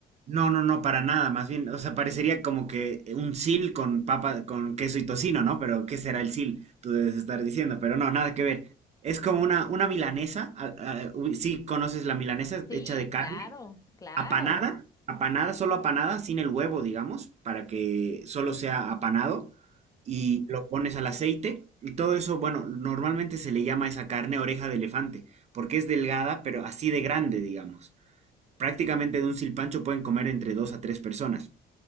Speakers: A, on the right; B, on the left.
A: No, no, no, para nada, más bien, o sea, parecería como que un sil con papa, con queso y tocino, ¿no? Pero, ¿qué será el sil? Tú debes estar diciendo, pero no, nada que ver. Es como una, una milanesa, a- a- uy, sí, conoces la milanesa
B: Sí,
A: hecha de carne,
B: claro, claro.
A: apanada, apanada, solo apanada, sin el huevo, digamos, para que solo sea apanado, y lo pones al aceite, y todo eso, bueno, normalmente se le llama a esa carne oreja de elefante, porque es delgada, pero así de grande, digamos. Prácticamente de un silpancho pueden comer entre dos a tres personas,